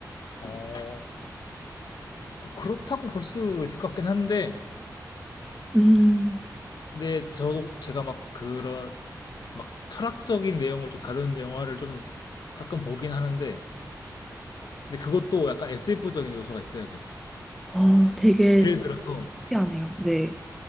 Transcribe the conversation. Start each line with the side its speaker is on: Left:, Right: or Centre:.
Left: 어, 그렇다고 볼 수 있을 것 같긴 한데
Centre: 음,
Left: 근데 저도 제가 막 그런 막 철학적인 내용을 좀 다루는 영화를 좀 가끔 보긴 하는데 근데 그것도 약간 SF적인 요소가 있어야 돼요.
Centre: 어, 되게
Left: 예를 들어서
Centre: 특이하네요. 네.